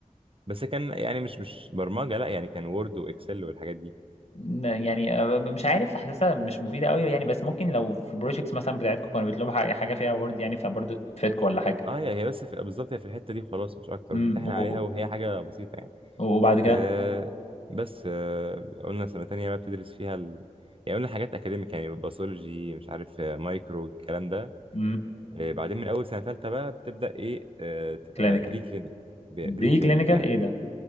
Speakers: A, on the right (about 45°); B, on the left (about 50°).
A: بس كان يعني مش مش برمجة لا يعني كان وورد واكسل والحاجات دي
B: م- يعني آه، مش عارف حاسسها مش مفيدة قوي يعني بس ممكن لو في البروجيكتس مثلا بتاعتكم كانوا بيطلبوا ح- حاجة فيها وورد يعني فبرضه تفيدكم ولا حاجة
A: اه هي هي بس في بالظبط هي في الحتة دي خلاص مش اكتر
B: امم
A: وتمتحن عليها
B: و-
A: وهي حاجة بسيطة يعني
B: وبعد كده
A: آه بس آه قلنا سنة تانية بقى بتدرس فيها ال... يعني قلنا حاجات اكاديميك يعني باثولوجي مش عارف آه، مايكرو الكلام ده
B: امم
A: آه، بعدين من اول سنه ثالثه بقى بتبدا ايه آه، تبقى
B: كلينيكال
A: بري كلينيك ب-
B: بري
A: بري كلينيك
B: كلينيكال
A: يعني
B: ايه ده